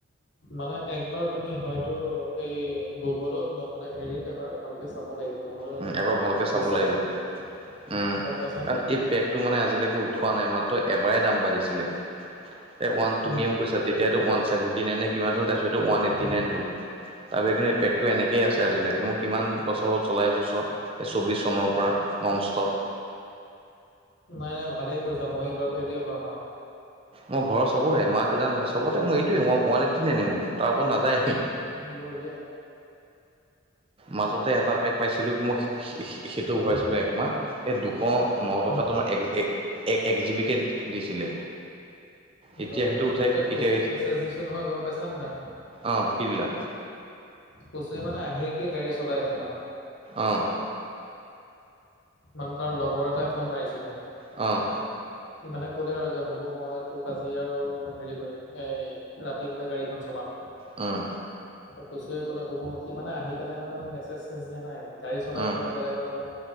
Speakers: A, on the left; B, on the right.
A: মানে একবাৰ তুমি হয়তো এই গুগলত নহ'লে হেৰিত এবাৰ ভালকে চাব লাগিব লগলৈ
B: উম,
A: নোৱাৰা
B: এবাৰ ভালকৈ
A: তুমি
B: চাব
A: বিশ্বাস
B: লাগিব
A: কৰিবা
B: উম
A: গম পাইছানে
B: কাৰণ এই পেকটো মানে আজিলৈকে উঠোৱা নাই মাত্ৰ এবাৰে দাম বাঢ়িছিলে এ ৱান তুমি
A: উম,
B: কৈছা তেতিয়টো ওৱান চছেভেন্টি নাই কিমান হ'ল তাৰপছত ওান এইটি
A: উম,
B: নাইন হ'ল তাৰ বি কিন্তুেকতটো এনেকে আজিলৈকে ম কিমান বছৰ হ'ল চলাই আছোঁ চোৱা এই চৌব্বিছ চনৰ পৰা নন ষ্টপ
A: নাই নাই ভালেই কৰিছা মই এইবাৰ পৰা এইটোৱে ভৰাম আৰু
B: মোৰ ঘৰৰ চবৰে মা দেউা চবতে মই এইটোৱে মই ৱান এইট ন আনিম তাৰ ওপৰত নাায়
A: উ বঢ়িয়া
B: মাজতে এটা পেক পাইছিলো মই সেইটো ঘৰাইছিলো
A: উম,
B: একমাহ এই দুশ ন টকা
A: উম,
B: তোমাৰ এক এক্জিবিকে দিছিলে এতিয়া
A: গম
B: সেইটো
A: পাইছো
B: উঠাই
A: এ কচুক
B: এতিয়া
A: মেছেজ দিছো নহয় গম পাইছানে নাই?
B: অ', কি দিলা?
A: কচুৱে মানে আহি একি গাড়ী চলাই আছে নহয়।
B: অ'।
A: মানে তাৰ লগৰ এটাই ফোন মাৰিছিলে।
B: অ'।
A: সি মানে ক'লে আৰু যে হ'ব মই তোক আজি আৰু হেৰি কৰিম এই ৰাতি হ'লে গাড়ীখন চলাম।
B: উম।
A: কচুৱে ক'লে হ'ব। সি মানে আহি পেলাই মানে মোক মেছেজ চেচেজ দিয়া নাই। গাড়ী চলাই
B: উম
A: আছে যে বেলেগৰ লগত।